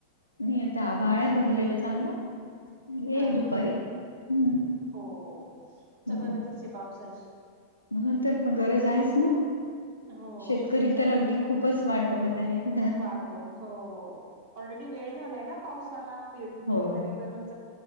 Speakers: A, on the left; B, on the right.
A: नाही आता आभाळ आहे भरलेलं चांगलं.... येईल
B: हा
A: दुपारी
B: हा हा
A: हम्म
B: हो तर
A: हो
B: गरजच आहे पावसाची....
A: ह ते गरज आहेच ना.....
B: हो
A: शेतकरी
B: शेतीसाठी
A: तर अगदी खूपच वाट बघत आहेत...
B: वाघ बघ हो ऑलरेडी वेळ झालाय ना पावसाला पेरणी
A: हो
B: वगैरे
A: हो
B: करून....